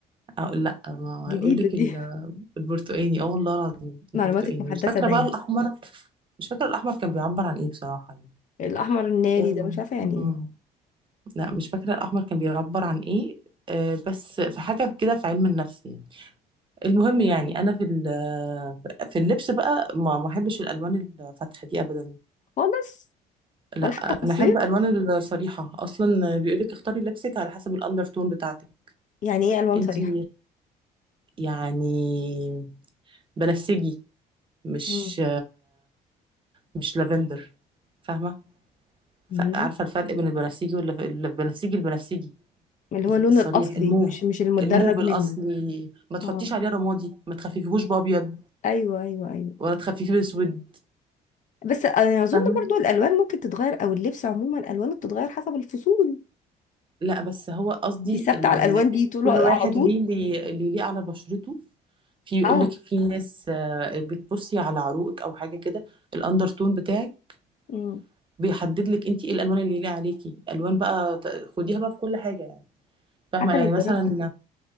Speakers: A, on the right; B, on the left.
A: آه لا ما
B: جديده
A: يقول لك
B: دي
A: <laughs> البرتقاني اه والله العظيم
B: <laughs> معلوماتك
A: البرتقاني
B: محدثه
A: مش فاكرة
B: دايما
A: بقى الأحمر مش فاكرة الأحمر كان بيعبر عن ايه بصراحة يعني
B: الاحمر الناري
A: آه،
B: ده مش عارفه يعني ايه
A: مم. لا مش فاكرة الأحمر كان بيعبر عن ايه آه، بس في حاجة كده في علم النفس يعني المهم يعني أنا في ال- في اللبس بقى ما ما بحبش الألوان الفاتحة دي أبدا
B: خالص
A: لا
B: ولا حتى في الصيف
A: انا احب الوان الصريحه اصلا بيقولك اختاري لبسك على حسب الاندرتون بتاعتك
B: يعني ايه الوان
A: انتي
B: صريحه
A: يعني بنفسجي مش
B: مم.
A: مش لافندر فاهمه
B: مم.
A: ف- عارفه الفرق بين البنفسجي والبنفسجي البنفسجي البنفسجي
B: اللي هو اللون
A: الصريح
B: الاصلي
A: الموف
B: مش مش المدرج
A: الموف
B: منه
A: الاصلي ما تحطيش
B: اه
A: عليه رمادي ما تخففيهوش بابيض
B: ايوه ايوه ايوه
A: ولا تخففيه باسود
B: بس انا اظن
A: فاهمه
B: برضو الالوان ممكن تتغير او اللبس عموما الوانه بتتغير حسب الفصول
A: لا بس هو قصدي
B: انت ثابته
A: ال...
B: على الالوان دي طول
A: كل
B: على
A: واحد
B: طول
A: ليه ليه- اللي ليه على بشرته في يقول
B: اه
A: لك في ناس آه، بتبصي على عروقك او حاجه كده الاندرتون بتاعك
B: امم
A: بيحدد لك انت ايه الالوان اللي ليه عليكي الوان بقى ت- خديها بقى في كل حاجه يعني فاهمه
B: حتى
A: يعني
B: لو
A: مثلا
B: جربتي